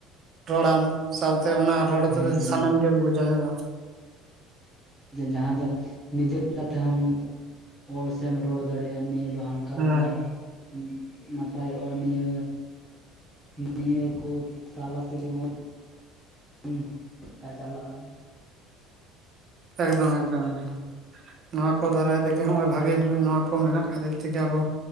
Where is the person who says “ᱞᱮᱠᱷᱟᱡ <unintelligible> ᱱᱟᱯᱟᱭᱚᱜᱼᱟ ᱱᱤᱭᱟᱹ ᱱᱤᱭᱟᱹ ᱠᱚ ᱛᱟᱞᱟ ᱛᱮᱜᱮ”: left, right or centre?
Centre